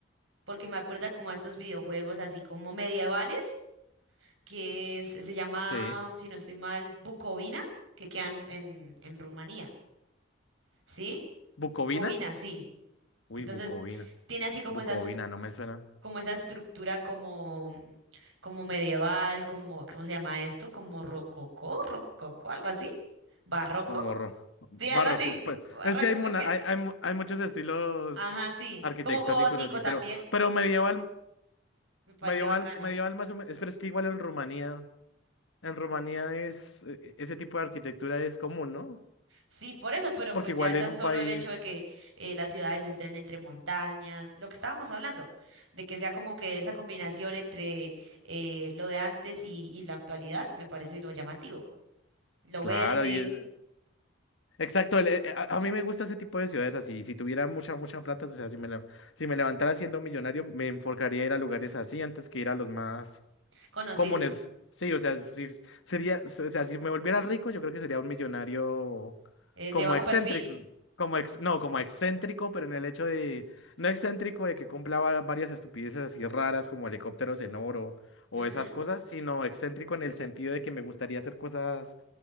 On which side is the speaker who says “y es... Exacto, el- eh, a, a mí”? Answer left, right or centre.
Left